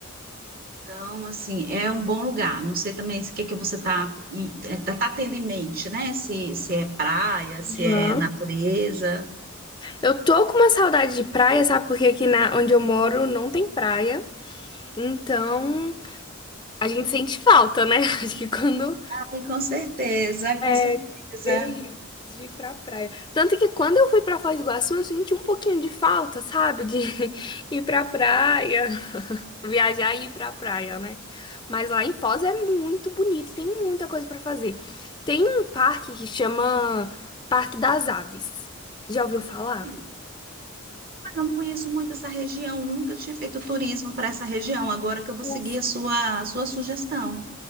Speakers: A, on the right; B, on the left.
A: Então, assim, é um bom lugar. Não sei também se o que que você está tá, tá tendo em mente, né? Se, se é praia,
B: Uhum.
A: se é natureza.
B: Eu tô com uma saudade de praia, sabe? Porque aqui na, onde eu moro não tem praia. Então a gente sente falta, né? <laughs> Acho que quando
A: Ai, com certeza, com
B: é
A: certeza.
B: terrível de ir pra praia. Tanto que quando eu fui pra Foz do Iguaçu, eu senti um pouquinho de falta, sabe? De <laughs> ir pra praia. viajar e ir pra praia, né? Mas lá em Foz é muito bonito, tem muita coisa pra fazer. Tem um parque que chama Parque das Aves. Já ouviu falar?
A: Hum, Eu não conheço muito essa região, nunca tinha feito turismo para essa região. Agora que eu vou
B: Nossa.
A: seguir a sua, a sua sugestão.